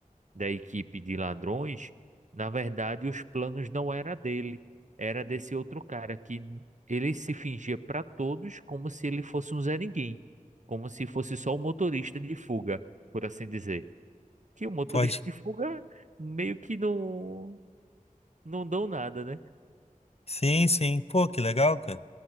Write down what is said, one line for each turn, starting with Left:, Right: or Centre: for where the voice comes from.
Right: da equipe de ladrões, na verdade, os planos não era dele, era desse outro cara que ele se fingia para todos como se ele fosse um Zé Ninguém, como se fosse só um motorista de fuga, por assim dizer. Que o motorista
Left: Pode.
Right: de fuga meio que não não dão nada, né?
Left: Sim, sim. Pô, que legal, cara.